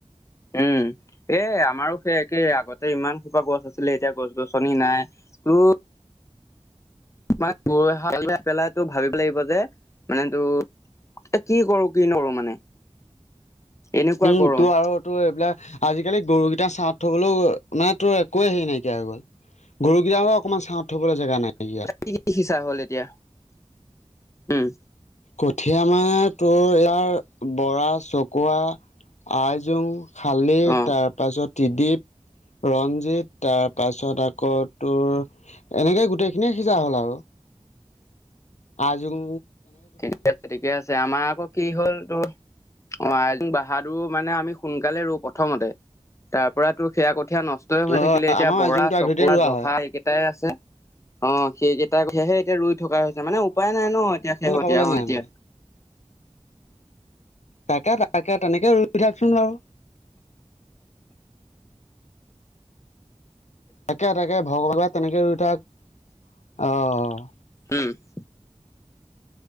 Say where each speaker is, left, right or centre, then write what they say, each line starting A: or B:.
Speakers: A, on the left (about 25°); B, on the left (about 85°).
A: উম। এ, আমাৰো সেই একে। আগতে, ইমান সোপা গছ আছিলে, এতিয়া গছ-গছনি নাই। তো <unintelligible> পেলাইটো ভাবিব লাগিব যে, মানে তো এ, কি কৰোঁ, কি নকৰোঁ মানে! এনেকুৱা
B: উম,
A: গৰম
B: তো আৰু তোৰ এইবিলাক, আজিকালি গৰুকেইটা ছাঁহত থবলৈও, মানে তোৰ, একোৱে সেৰি নাইকিয়া হৈ গ'ল। গৰুকেইটাও অকমান ছাঁহত থ'বলে জেগা নাইকিয়া।
A: কি কি সিচা হ'ল, এতিয়া? উম।
B: কঠীয়া আমাৰ, তোৰ ইয়াৰ, বৰা, চকোৱা, আইজোং, শালি,
A: অ',
B: তাৰপাছত <unintelligible> ৰঞ্জিত, তাৰপাছত আকৌ তোৰ, এনেকে গোটেই খিনিয়ে সিচা হ'ল আৰু। আইজোং।
A: ঠিকে আছে, ঠিকে আছে। আমাৰ আকৌ, কি হ'ল তোৰ, অ'! আইজোং, বাহাদুৰ মানে, আমি সোনকালে ৰোওঁ প্ৰথমতে। তাৰ পৰাতো, সেয়া কঠীয়া নষ্টই হৈ
B: অ
A: থাকিলে। এতিয়া,
B: আমাৰ
A: বৰা,
B: আজোংটো
A: চকোৱো,
B: আগধৰিতে ৰোৱা
A: জহা
B: হয়
A: এই কেইটাই আছে। অ'! সেইকেইটা কঠীয়াহে এতিয়া, ৰুই থকা হৈছে। মানে, উপায় নাই ন' এতিয়া! শেহতীয়া
B: পাবলে
A: হ'ল
B: নাই
A: এতিয়া
B: মানে। তাকে তাকে তেনেকে ৰুই থাকচোন বাৰু তাকে তাকে ভগৰোৱা তেনেকে ৰুই থাক অঁ
A: উম